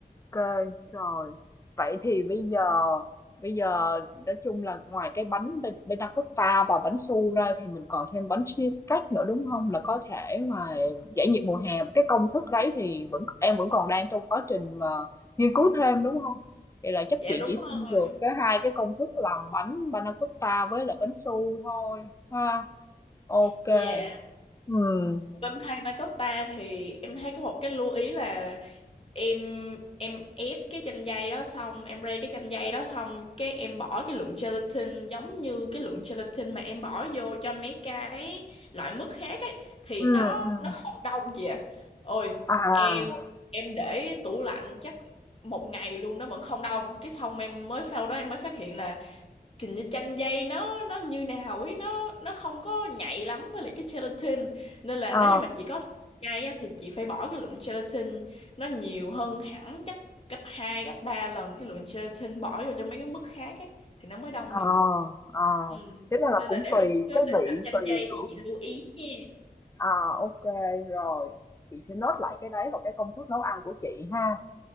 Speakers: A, on the left (about 20°); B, on the left (about 35°).
A: Ok, rồi. Vậy thì bây giờ bây giờ nói chung là ngoài cái bánh bê- bê ta cotta và bánh su ra thì mình còn thêm bánh cheesecake nữa đúng không? Là có thể mà giải nhiệt mùa hè cái công thức đấy thì vẫn em vẫn còn đang trong quá trình mà nghiên cứu thêm đúng không? Vậy là chắc
B: dạ
A: chị
B: đúng
A: chỉ
B: rồi
A: xin được cái hai cái công thức làm bánh panna cotta với lại bánh su thôi ha. Ok.
B: dạ
A: Ừ.
B: Vampire Dakota thì em thấy có một cái lưu ý là em em ép cái chanh dây đó xong em rây cái chanh dây đó xong cái em bỏ cái lượng gelatin giống như cái lượng gelatin mà em bỏ vô cho mấy cái loại mứt khác ấy thì
A: Ừ.
B: nó
A: ừ.
B: nó không đông gì ạ ôi
A: À,
B: em em để tủ lạnh chắc một ngày luôn nó vẫn không đông cái xong em mới sau đó em mới phát hiện là Kiểu như chanh dây nó nó như nào ấy nó nó không có nhạy lắm với lại cái gelatin nên là
A: ờ.
B: nếu như mà chị có chai á, thì chị phải bỏ cái lượng gelatin nó nhiều hơn hẳn chắc gấp 2 gấp 3 lần cái lượng gelatin bỏ vô cho mấy cái mức khác ấy thì nó mới đông
A: ờ
B: được
A: ờ
B: ừ.
A: thế là, là
B: nên
A: cũng
B: là nếu
A: tùy
B: mà chị có
A: cái
B: định
A: vị
B: làm chanh
A: tùy
B: dây
A: tuổi
B: thì chị lưu ý nha
A: à ok rồi chị sẽ nốt lại cái đấy vào cái công thức nấu ăn của chị ha